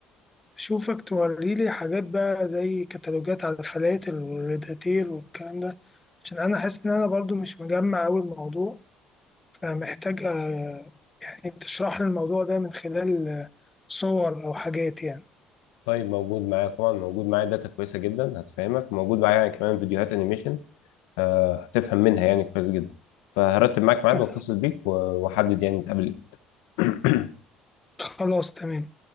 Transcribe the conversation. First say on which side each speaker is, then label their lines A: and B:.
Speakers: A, on the left (about 20°); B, on the left (about 75°).
A: أشوفك توريلي حاجات بقى زي كتالوجات على الفلاتر والريداتير والكلام ده عشان أنا حاسس إن أنا برضو مش مجمع أوي الموضوع فمحتاج آه، يعني تشرح لي الموضوع ده من خلال آه، صور أو حاجات يعني
B: طيب موجود معايا طبعا موجود معايا داتا كويسه جدا هتفهمك موجود معايا يعني كمان فيديوهات انيميشن آه، هتفهم منها يعني كويس جدا فهرتب معاك ميعاد
A: طب
B: واتصل بيك و- واحدد يعني نتقابل إمتى. <clears throat>
A: خلاص تمام